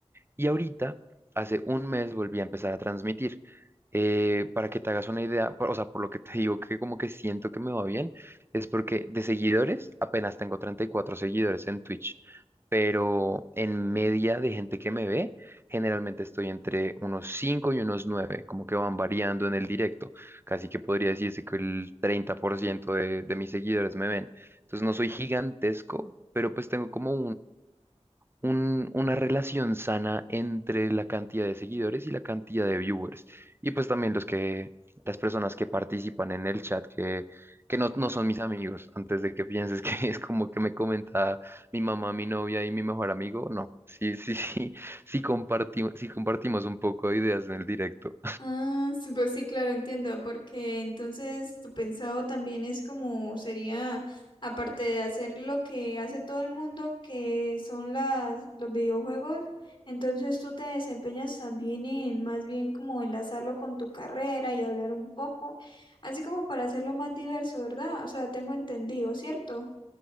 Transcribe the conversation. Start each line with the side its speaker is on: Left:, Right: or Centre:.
Right: Y ahorita, hace un mes, volví a empezar a transmitir. Eh, para que te hagas una idea, por- o sea, por lo que te <laughs> digo que como que siento que me va bien, es porque de seguidores apenas tengo 34 seguidores en Twitch, pero en media de gente que me ve, generalmente estoy entre unos 5 y unos nueve como que van variando en el directo. Casi que podría decirse que el 30% de, de mis seguidores me ven. Entonces no soy gigantesco, pero pues tengo como un- una relación sana entre la cantidad de seguidores y la cantidad de viewers. Y pues también los que, las personas que participan en el chat, que, que no, no son mis amigos, antes de que pienses que <laughs> es como que me comenta mi mamá, mi novia y mi mejor amigo, no, sí, sí, sí, sí, compartimos, sí compartimos un poco de ideas en el directo.
Left: Ah, sí, pues sí, claro, entiendo, porque entonces tu pensado también es como sería, aparte de hacer lo que hace todo el mundo, que son las, los videojuegos, entonces tú te desempeñas también en más bien como enlazarlo con tu carrera y hablar un poco, así como para hacerlo más diverso, ¿verdad? O sea, tengo entendido, ¿cierto?